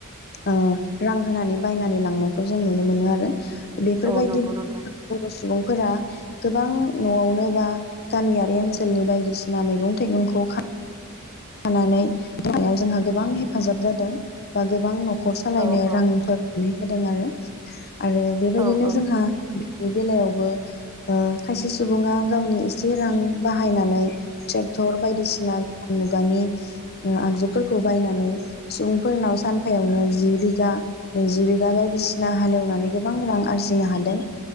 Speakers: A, on the left; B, on the right.
A: ओ रां होनानै बायनानै लांनायखौ जों नुनो मोनो आरो। बेफोरबायदिबो
B: औ नंगौ नोंथां
A: <unintelligible> सुबुंफोरा गोबां नआवनो बा गामियारि ओनसोलनि बायदिसिना मैगं थाइगंखौ खा खानानै <unintelligible> जोंहा गोबां हेफाजाब जादों बा गोबां नख नखर सालायनो
B: औ औ
A: रांफोर <unintelligible> होदों आरो। आरो बेबायदिनो
B: औ औ
A: जोंहा। बे बेलायावबो ओ खायसे सुबुंङा गावनि एसे रां बाहायनानै। टेक्टर बायदिसिना उम गानि उ आगजुफोरखौ बायनानै सुबुंफोरनाव सानफायावनो जि बिघा नैजि बिघा बायदिसिना हालौवनानै गोबां रां आरजिनो हादों।